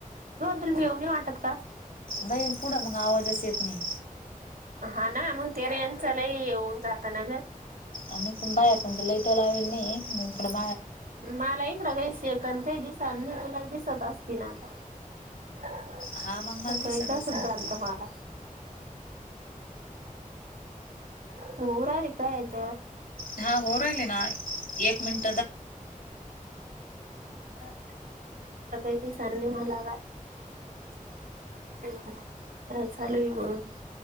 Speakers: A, on the right; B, on the left.
A: भिऊणी वाटत का.
B: बैल पुढं, मग आवाजाचं येत नाही.
A: हा, ना मग ते रेंजच लई येऊन जात ना गं.
B: आम्ही पण बाहेर, तुमची लाईट लावेल मी पण <unintelligible>
A: मला इकडं <unintelligible> दिसत असती ना आता. <inaudible>
B: हा, मग मला
A: सकाळी
B: दिसत
A: तसच
B: असल
A: झालत
B: ना ते
A: मला हो, अरे काय आहे याच्यावर?
B: हा, होऊ राहिले नाय. एक मिनट
A: <unintelligible> इकडं काय दिसणी मला काय. हं, काय चाललंय मग?